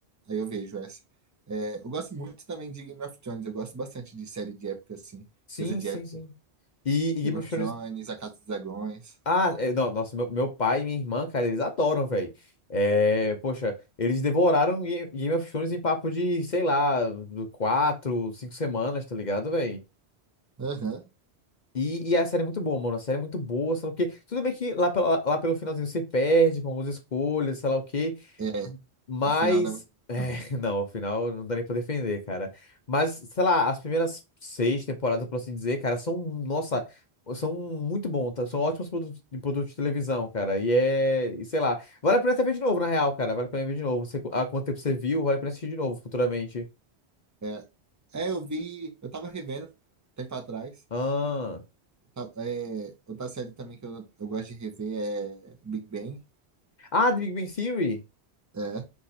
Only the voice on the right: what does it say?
Aí eu vejo essa. É, eu gosto muito também de Game of Thrones. Eu gosto bastante de série de época, assim.
Coisa de
época.
Game
of Thrones,
A Casa dos Dragões.
Aham.
É,
o final não é. muito-
Não.
É, é, eu vi. Eu tava revendo um tempo atrás.
Eu ta- é, outra série também que eu, eu gosto de rever é Big Bang.
É,